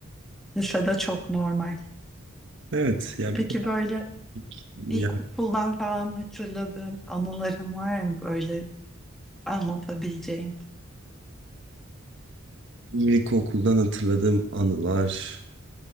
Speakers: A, in the centre; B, on the right.
A: Lisede çok normal.
B: Evet ya
A: Peki
B: bir de
A: böyle
B: ilk- yani
A: İlkokuldan falan hatırladığım anılarım var mı böyle anlatabileceğin?
B: ilkokuldan hatırladığım anılar.